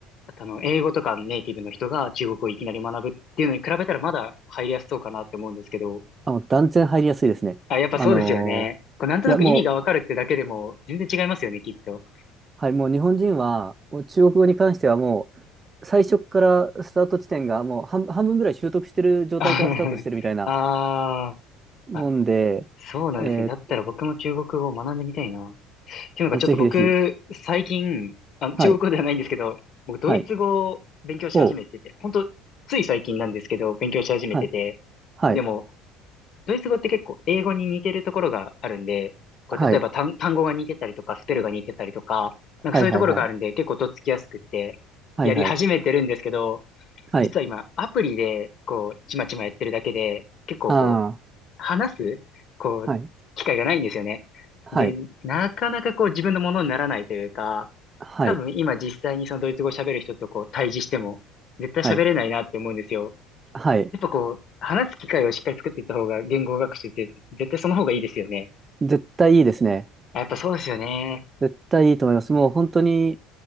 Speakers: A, on the left; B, on the right.
A: あの、英語とかネイティブの人が中国語をいきなり学ぶっていうのに比べたらまだ入りやすそうかなって思うんですけど。
B: あ、もう断然入りやすいですね。
A: あ、やっぱそうですよね。
B: あの
A: こうなんとなく意味がわかるってだけでも全然違いますよね、
B: ーいや、もう、
A: きっと。
B: はい、もう日本人は、もう中国語に関してはもう、最初からスタート地点がもう半、半分ぐらい習得してる状態からスタートしてるみたいな
A: <laughs> あー
B: もんで、
A: あ、そうなんですね。
B: え
A: だったら僕も中国語を学んでみたいな。
B: ー
A: っていうのがちょっと僕、
B: あ、ぜひぜひ、
A: 最近、あ、中国語ではないんですけど、
B: はい、
A: 僕、ドイツ語を勉強し始めてて、
B: はい、おう、
A: 本当つい最近なんですけど、勉強し始めてて、
B: はい、はい、
A: でも、ドイツ語って結構英語に似てるところがあるんで、こう例えば単、
B: はい、
A: 単語が似てたりとか、スペルが似てたりとか、なんかそういうところがあるんで、
B: はい、はい、はい、
A: 結構とっつきやすくって、
B: はい、
A: やり始めてるんですけど、
B: はい、はい、
A: 実は今、アプリで、こう、ちまちまやってるだけで、結構こう、
B: あ
A: 話す、こう、
B: あ、はい、
A: 機会がないんですよね。
B: はい、
A: で、なかなかこう自分のものにならないというか、
B: はい、
A: 多分今実際にそのドイツ語を喋る人とこう対峙しても、絶対喋れないなって思うんですよ。
B: はい、はい、
A: やっぱこう、話す機会をしっかり作っていった方が言語学習って絶対その方がいいですよね。
B: 絶対いいですね。
A: あやっぱそうですよね。
B: 絶対いいと思います。もう本当に、